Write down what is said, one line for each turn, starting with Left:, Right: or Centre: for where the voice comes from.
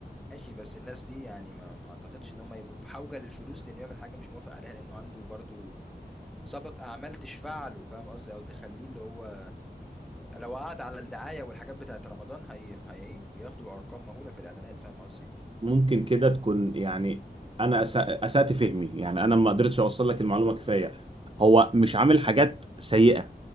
Centre: ماشي بس الناس دي يعني ما, ما اعتقدش ان هم يبقوا في حوجة للفلوس لانه يعمل حاجة مش موافق عليها لانه عنده برضو سابق اعمال تشفع له فاهم قصدي او تخليه اللي هو لو قعد على الدعاية والحاجات بتاعت رمضان هي هي بياخدوا ارقام مهولة في الاعلانات فاهم قصدي
Right: ممكن كده تكون يعني انا أسا- اسأت فهمي يعني انا ما قدرتش اوصل لك المعلومه كفايه هو مش عامل حاجات سيئه